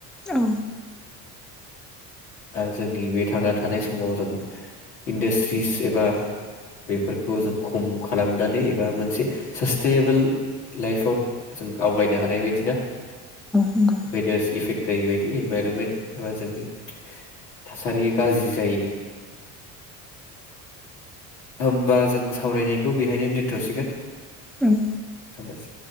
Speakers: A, in the centre; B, on the left.
A: औ।
B: आरो जोंनि बे थांना थानाय समाव जों इन्डास्ट्रिस एबा बेफोरखौ जों खम खालामनानै बा मोनसे सासटेबोल लाइफाव जों आवगायनो हानाय बायदि ना।
A: नंगौ
B: बायदास इफेक्ट जायैबायदि इनभाइरनमेन्ट एबा जोंनि थासारिया गाज्रि जायो होमबा जों सावरायनायखौ बेहायनो दोन थ'सिगोन।
A: उम।
B: हामबायसै।